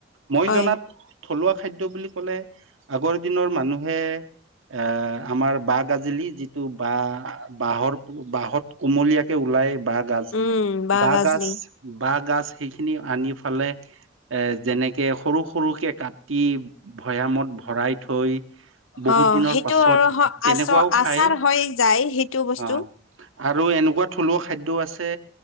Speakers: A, on the right; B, on the left.
A: মই
B: হয়
A: জনাত থলুৱা খাদ্যা বুলি ক'লে আগৰ দিনৰ মানুহে এ আমাৰ বাঁহ গাজুলী যিটো বাঁ বাঁহৰ বাঁহত কুমলীয়াকে ওলাই। বা গাজ
B: উম বাঁহ
A: বা
B: গাজলি
A: গাজ। বাঁহ গাজ সেইখিনি আনি পেলাই এ যেনেকে সৰু সৰুকে কাটি ভৈয়ামত ভৰাই থৈ <unintelligible> বহুত
B: অ
A: দিনৰ
B: সেইটো
A: পাছত
B: আৰু হ-
A: তেনেকুৱাও
B: আচ
A: খাই
B: আচাৰ হৈ যায় সেইটো বস্তু
A: অ <unintelligible> আৰু এনেকুৱা থলুৱা খাদ্য আছে